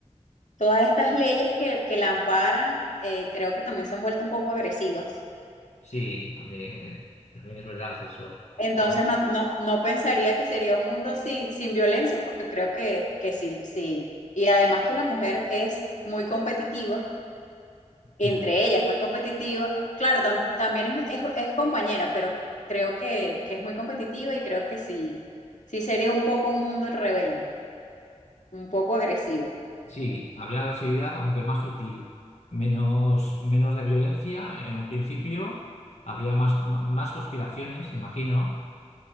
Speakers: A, on the left (about 80°); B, on the left (about 65°).
A: todas estas leyes que, que la amparan, eh, creo que también se han vuelto un poco agresivas.
B: Sí, también, también es verdad eso.
A: Entonces
B: A
A: no, no, no pensaría que sería un mundo sin, sin violencia, porque creo que, que sí, sí. Y además que la mujer es muy competitiva, entre
B: ver.
A: ellas muy competitiva. Claro, tam- también es, es, es compañera, pero creo que, que es muy competitiva y creo que sí, sí sería un poco un mundo rebelde, un poco agresivo.
B: Sí, habría agresividad, aunque más sutil, menos, menos de violencia en un principio, habría más, ma- más conspiraciones, imagino.